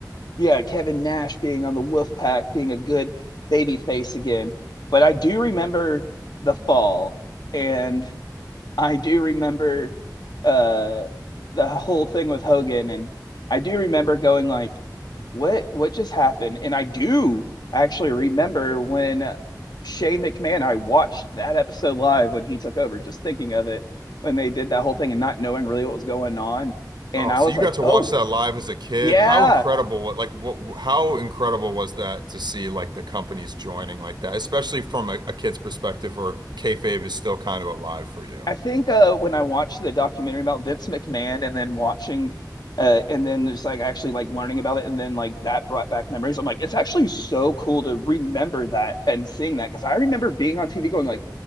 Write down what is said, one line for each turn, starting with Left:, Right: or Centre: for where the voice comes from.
Left: yeah, Kevin Nash being on the Wolfpack, being a good baby face again. But I do remember the fall and I do remember uh the whole thing with Hogan and I do remember going like what what just happened? And I do actually remember when Shane McMahon, I watched that episode live when he took over, just thinking of it when they did that whole thing and not knowing really what was going on. And
Right: Oh,
Left: I
Right: so
Left: was
Right: you
Left: like,
Right: got to
Left: oh,
Right: watch that live as a kid.
Left: yeah,
Right: How incredible, wa- like what, how incredible was that to see like the companies joining like that, especially from a, a kid's perspective where kayfabe is still kind of alive for you.
Left: I think uh, when I watched the documentary about Vince McMahon and then watching uh, and then just like actually like learning about it and then like that brought back memories. I'm like, it's actually so cool to remember that and seeing that because I remember being on TV going like,